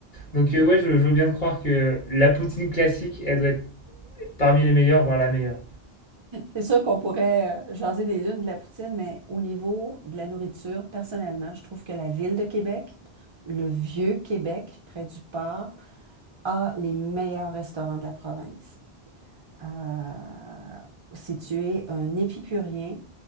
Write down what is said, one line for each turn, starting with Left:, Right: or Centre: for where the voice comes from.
Left: Donc
Right: Mm.
Left: euh, ouais, je, je veux bien te croire que la poutine classique, elle doit être parmi les meilleures, voire la meilleure.
Right: C'est sûr qu'on pourrait euh, jaser des lunes de la poutine, mais au niveau de la nourriture, personnellement, je trouve que la ville de Québec, le vieux Québec, près du port, a les meilleurs restaurants de la province. Euh, si tu es un épicurien